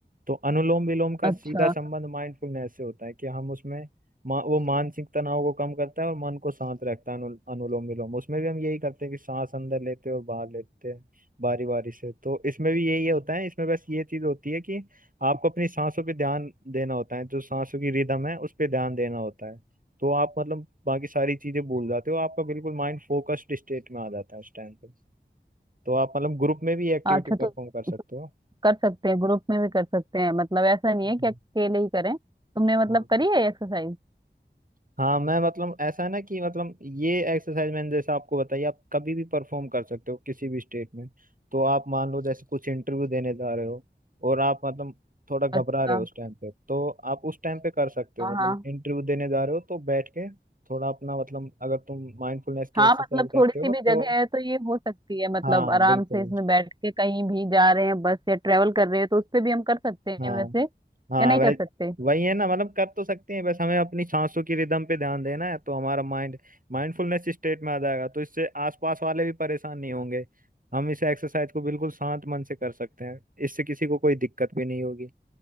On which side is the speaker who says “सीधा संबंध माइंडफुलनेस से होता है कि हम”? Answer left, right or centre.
Right